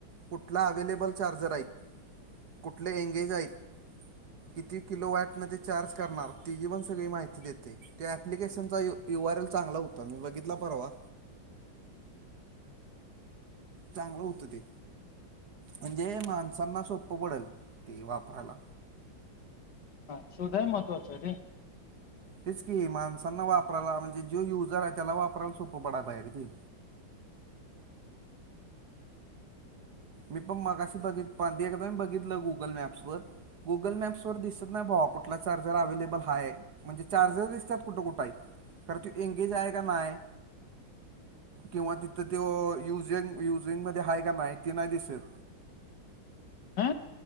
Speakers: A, on the right (about 55°); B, on the left (about 60°).
A: कुठला अवेलेबल चार्जर आहेत कुठले एंगेज आहेत. किती किलो वॅटमध्ये चार्ज करणार तिची पण सगळी माहिती देतय. त्या ॲप्लिकेशनचा यू यू आर एल चांगला होता मी बघितला परवा. चांगलं होतं ते, म्हणजे माणसांना सोप्पं पडल ते वापरायला.
B: हा सुध महत्वाच रे.
A: तेच की माणसांना वापरायला म्हणजे जो युजर आहे त्याला वापरायला सोपं पडा <unintelligible> हेर ते. मी पण मगाशी बघि <unintelligible> बघितलं गुगल मॅप्स वर. गुगल मॅप्सवर दिसत नाही भावा कुठला चार्जर अवेलेबल आहे. म्हणजे चार्जर दिसतात कुठं कुठ हायत, खर ते एंगेज हाय का नाय किंवा तिथं त्यों युझिंग युझिंग मध्ये आहे का नाही. ते नाही दिसत.
B: आ.